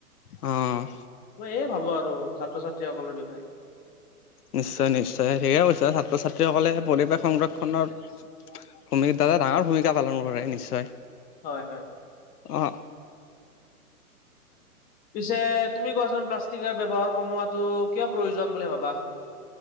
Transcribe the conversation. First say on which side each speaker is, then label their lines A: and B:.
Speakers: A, on the left (about 75°); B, on the left (about 20°).
A: অহ'
B: মই এয়ে ভাবো আৰু ছাত্ৰ-ছাত্ৰীসকলৰ বিষয়ে।
A: নিশ্চয় নিশ্চয় ঠিকে কৈছা, ছাত্ৰ-ছাত্ৰীসকলে পৰিৱেশ সংৰক্ষণৰ ভূমিক এটা ডাঙৰ ভূমিকা পালন কৰে নিশ্চয়।
B: হয় হয়।
A: অহ'
B: পিছে তুমি কোৱাচোন প্লাষ্টিকৰ ব্যৱহাৰ কমোৱাটো কিয় প্ৰয়োজন বুলি ভাবা?